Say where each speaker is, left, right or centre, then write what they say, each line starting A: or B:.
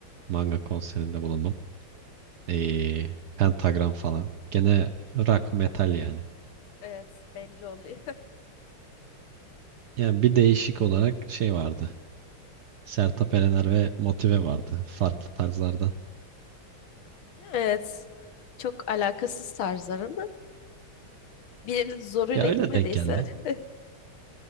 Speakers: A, on the right; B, on the left.
A: Manga konserinde bulundum. Eee, Pentagram falan. Gene rock metal yani.
B: Evet, belli oluyor. <laughs>
A: Yani bir değişik olarak şey vardı. Sertab Erener ve Motive vardı. Farklı tarzlardan.
B: Evet. Çok alakasız tarzlar ama birinin zoruyla
A: Ya öyle
B: gitmediysen
A: denk geldi.
B: <laughs>